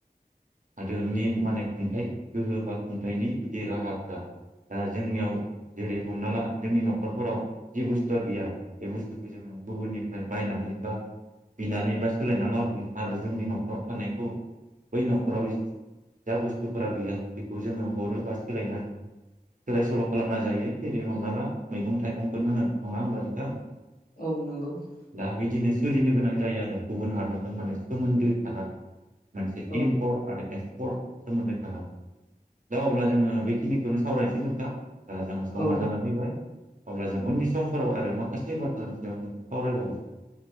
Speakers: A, on the right; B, on the left.
A: हादोरनि माने खुंथाइ गोहो बा खुंथाइनि बिदि राहाफ्रा दा जोंनियाव जेरै हमना ला जोंनि न'खरफोराव जि बुस्थुआ गैया बे बुस्थुखौ जोङो गुबुननिफ्राय बायनानै बा बिनानै बा सोलायना लाबोगोन आरो जोंनि न'खराव थानायखौ बै न'खराव जा बुस्थुफोरा गैया बेखौ जोङो हरो बा सोलायना सोलाय सोल' खालामना जायो जेरै हमना ला मैगं' थाइगंखौनो होन नङा होमब्ला नोंथां?
B: औ नोंगौ ।
A: दा बिदिनो सोलिनो गोनां जायो आरो गुबुन हादरजों माने सोमोन्दो थानानै मोनसे
B: औ
A: इम्पर्ट आरो एक्सपर्ट सोमोन्दो थांगोन दा अब्ला जोङो बेखिनिखौनो सावरायनोसै नोंथां दा जोंहा समाज
B: औ
A: जाना फैबाय अब्ला जों उननि समफोराव आरो माखासे बाथ्रानि सायाव जोङो सावरायबावनोसै